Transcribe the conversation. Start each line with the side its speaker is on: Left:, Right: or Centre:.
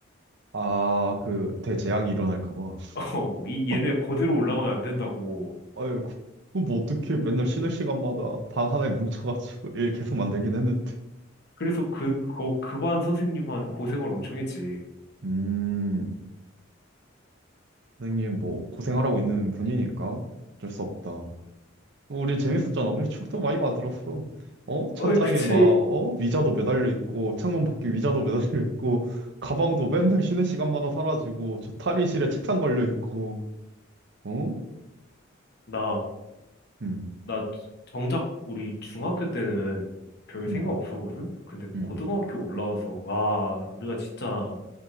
Right: 아, 그, 대재앙이 일어날까 봐.
Left: <laughs> 어, 이,
Right: <laughs>
Left: 얘네 그대로 올라가면 안 된다고.
Right: 아유, 그- 그거 뭐 어떻게 맨날 쉬는 시간마다 반 하나에 뭉쳐가지고 일 계속 만들긴 했는데.
Left: 그래서 그, 그, 그 반 선생님한 고생을 엄청 했지.
Right: 음, 선생님 뭐 고생하라고 있는 분이니까 어쩔 수 없다. 어, 우리 재밌었잖아. 우리 추억도 많이 만들었어. 어? 천장에
Left: 어이, 그치.
Right: 막, 어? 의자도 매달려 있고, 창문 밖에 의자도 <laughs> 매달려 있고, 가방도 맨날 쉬는 시간마다 사라지고, 저 탈의실에 책상 걸려 있고, 어?
Left: 나.
Right: 음,
Left: 나 정작 우리 중학교 때는 별
Right: 음,
Left: 생각 없었거든? 근데
Right: 음,
Left: 고등학교 올라와서, 와, 우리가 진짜